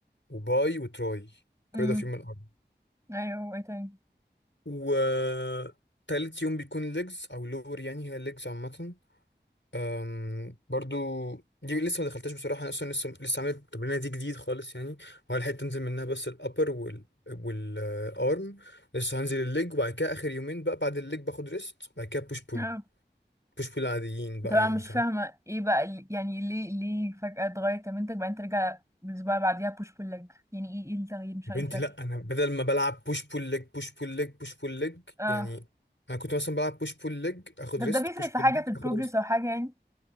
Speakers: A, on the left (about 80°); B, on the right (about 15°).
A: وباي وتراي كل
B: امم
A: ده في يوم الأرم
B: ايوه وايه تاني
A: وتالت يوم بيكون ليجز أو لور يعني هي ليجز عامة أم، برضو دي لسه ما دخلتهاش بصراحه انا اصلا لسه لسه عامل التمرينه دي جديد خالص يعني هو الحته تنزل منها بس الابر وال والارم لسه هنزل الليج وبعد كده اخر يومين بقى بعد الليج باخد ريست بعد كده بوش بول
B: اه
A: بوش بول عاديين بقى
B: طبعا
A: يعني
B: مش
A: فاهم
B: فاهمة ايه بقى ال- يعني ليه ليه فجأة اتغير كمنتج بعدين ترجع الأسبوع اللي بعديها بوش بول ليج يعني ايه ايه التغيير مش
A: يا
B: عارفة
A: بنتي
B: ايه الفرق
A: لا انا بدل ما بلعب بوش بول ليج بوش بول ليج بوش بول ليج
B: اه
A: يعني انا كنت مثلا بلعب بوش بول ليج اخد
B: طب
A: ريست
B: ده بيفرق
A: بوش بول
B: في حاجة
A: ليج
B: في البروجرس
A: اخد ريست
B: أو حاجة يعني